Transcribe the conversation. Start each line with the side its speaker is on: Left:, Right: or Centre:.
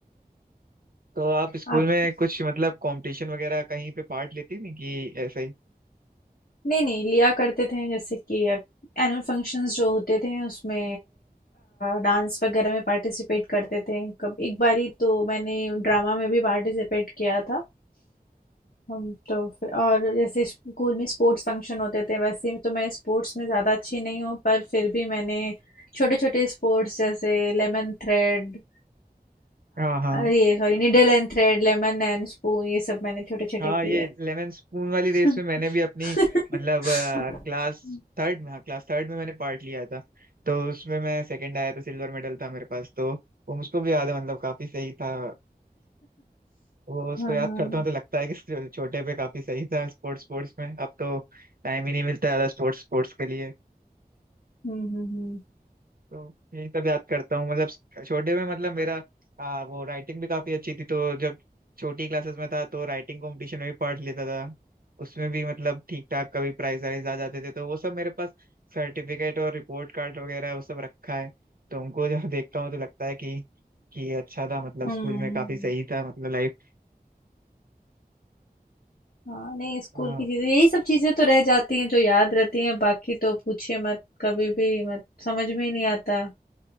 Right: तो आप स्कूल
Left: आप
Right: में कुछ मतलब कंपटीशन वगैरह कहीं पे पार्ट लेती थी कि ऐसा ही
Left: नहीं नहीं लिया करते थे जैसे कि एनुअल फंक्शंस जो होते थे उसमें डांस वगैरह में पार्टिसिपेट करते थे कब एक बारी तो मैंने ड्रामा में भी पार्टिसिपेट किया था हम तो फिर और जैसे स्कूल में स्पोर्ट्स फंक्शन होते थे वैसे तो मैं स्पोर्ट्स में ज़्यादा अच्छी नहीं हूँ पर फिर भी मैंने छोटे छोटे स्पोर्ट्स जैसे लेमन थ्रेड
Right: हाँ हाँ
Left: ये sorry needle and thread lemon and spoon ये सब मैंने छोटे छोटे
Right: हाँ
Left: किए
Right: ये लेमन स्पून वाली रेस
Left: हैं।
Right: में मैंने भी अपनी
Left: <laughs>
Right: मतलब क्लास
Left: हुँ।
Right: थर्ड में हाँ क्लास थर्ड में मैंने पार्ट लिया था तो उसमें मैं सेकंड आया था सिल्वर मेडल था मेरे पास तो वो मुझको भी याद है मतलब काफी सही था वो उसको
Left: हाँ,
Right: याद
Left: हाँ।
Right: करता हूँ तो लगता है कि छो- छोटे पे काफी सही था स्पोर्ट्स स्पोर्ट्स में अब तो टाइम ही नहीं मिलता ज्यादा स्पोर्ट्स स्पोर्ट्स के लिए
Left: हुँ, हुँ, हुँ।
Right: तो यही सब याद करता हूँ मतलब छोटे में मतलब मेरा आ, वो राइटिंग भी काफी अच्छी थी तो जब छोटी क्लासेस में था तो राइटिंग कंपटीशन में भी पार्ट लेता था उसमें भी मतलब ठीक ठाक कभी प्राइज वाइज आ जाते थे तो वो सब मेरे पास सर्टिफिकेट और रिपोर्ट कार्ड वगैरह वो सब रखा है तो उनको जब <laughs> देखता हूँ तो लगता है कि कि अच्छा था मतलब
Left: हुँ।
Right: स्कूल में काफी सही था मतलब लाइफ
Left: हाँ, नहीं स्कूल
Right: हाँ
Left: की चीज़ें यही सब चीज़ें तो रह जाती हैं जो याद रहती हैं बाकी तो पूछिए मत कभी भी मत समझ में ही नहीं आता